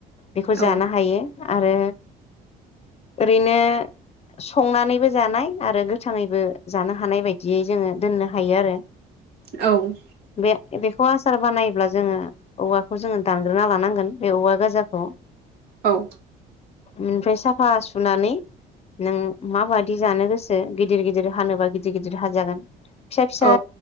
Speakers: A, on the left; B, on the right.
A: बेखौ
B: औ
A: जानो हायो। आरो ओरैनो संनानैबो जानाय आरो गोथाङैबो जानो हानाय बायदियै जोङो दोननो हायो आरो
B: औ।
A: बे बेखौ आसार बानायोब्ला जोङो औवाखौ जोङो दानग्रोना लानांगोन बे औवा गोजाखौ
B: औ
A: ओमफ्राय साफा सुनानै नों माबादि जानो गोसो गिदिर गिदिर हानोबा गिदिर गिदिर हाजागोन। फिसा फिसा
B: औ